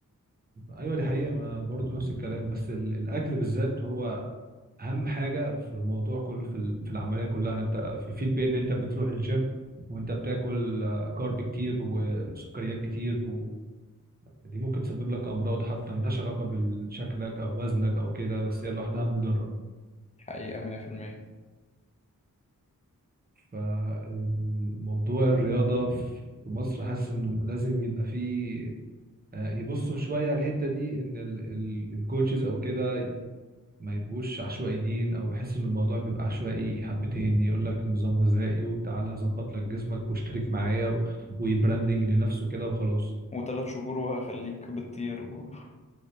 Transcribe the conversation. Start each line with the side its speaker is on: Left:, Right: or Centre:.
Right: أيوة دي حقيقة ما أنا برضو نفس الكلام بس ال- الأكل بالذات هو اهم حاجه في الموضوع كله في ال- في العمليه كلها انت في فيد بين ان انت بتروح الجيم وانت بتاكل آه، كارب كتير وسكريات كتير ودي ممكن تسبب لك امراض حتى ملهاش علاقه بشكلك او وزنك او كده بس هي لوحدها مضره
Left: حقيقة مية في المية
Right: فالموضوع الرياضه في مصر حاسس انه لازم يبقى فيه آه، يبصوا شويه على الحته دي ان الكوتشز او كده ما يبقوش عشوائيين او بحس ان الموضوع بيبقى عشوائي حبتين يقول لك نظام غذائي وتعالى اظبط لك جسمك واشترك معايا و... ويبراندنج لنفسه كده وخلاص
Left: وتلات شهور وهخليك بتطير و...